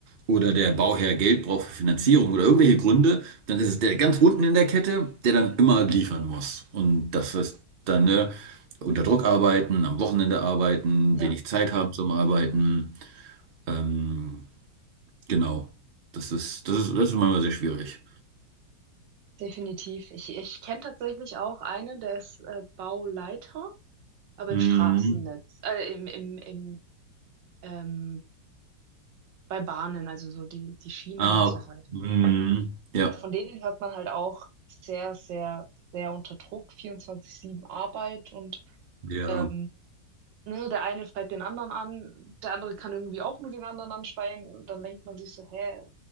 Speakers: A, on the right; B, on the right.
A: oder der Bauherr Geld braucht für Finanzierung oder irgendwelche Gründe, dann ist es der ganz unten in der Kette, der dann immer liefern muss. Und das ist dann, ne, unter Druck arbeiten, am Wochenende arbeiten,
B: Ja,
A: wenig Zeit haben zum Arbeiten. Ähm, genau. Das ist, das ist, das ist manchmal sehr schwierig.
B: definitiv. Ich, ich kenne tatsächlich auch einen, der ist äh, Bauleiter, aber
A: Hm.
B: im Straßennetz, äh, im, im, im, ähm, bei Bahnen, also so die, die Schienen
A: Ah,
B: und so weiter.
A: hm. Ja.
B: von denen hört man halt auch sehr, sehr, sehr unter Druck, 24/7 Arbeit und
A: Ja.
B: ähm, ne, der eine schreit den anderen an, der andere kann irgendwie auch nur den anderen anschreien und dann denkt man sich so, hä,